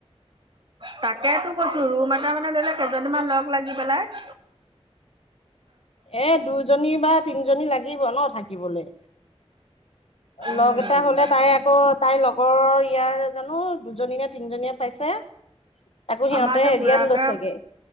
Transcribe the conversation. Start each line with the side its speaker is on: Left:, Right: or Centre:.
Right: তাকেতো কৈছো ৰুম এটা মানে ল'লে কেইজনীমান লগ লাগি পেলাই।
Left: এ দুজনী বা তিনিজনী লাগিব ন থাকিবলৈ।
Right: উম
Left: লগ এটা হলে তাই আকৌ তাইৰ লগৰৰ ইয়াৰ জানো দুজনী নে তিনজনীয়ে পাইছে। তাকো সিহঁতে
Right: আমাৰ এতিয়া
Left: হেৰিয়াত
Right: খুুৰাকে
Left: লৈছেগে